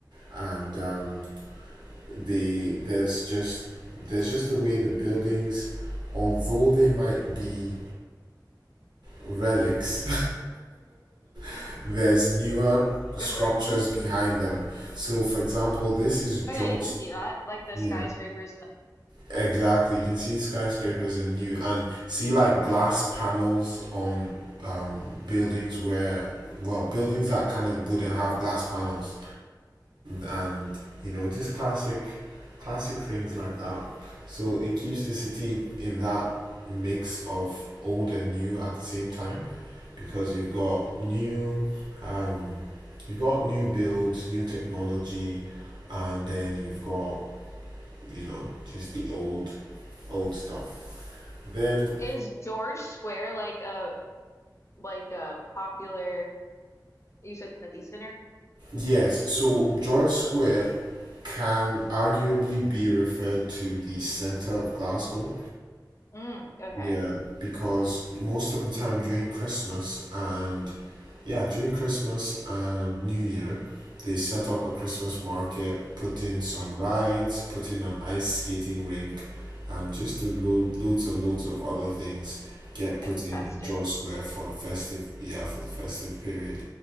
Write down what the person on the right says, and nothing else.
and um, the there's just there's just a way the buildings, although they might be relics, <laughs> there's newer
structures
behind them. So, for example, this is
George.
Yeah.
Exactly, you can see skyscrapers and new and see like glass panels on um, buildings where well buildings that kind of wouldn't have glass panels and you know just classic classic things like that. So it keeps the city in that mix of old and new at the same time because you've got new um, you've got new builds, new technology, and then you've got you know just the old old stuff. Then,
yes, so George Square can arguably be referred to the centre of Glasgow.
Yeah, because most of the time during Christmas and Yeah, during Christmas and New Year, they set up a Christmas market, put in some
rides, put in an ice skating rink, and just did load, loads and loads of other things get put
in
in George Square for festive, yeah, for the festive period.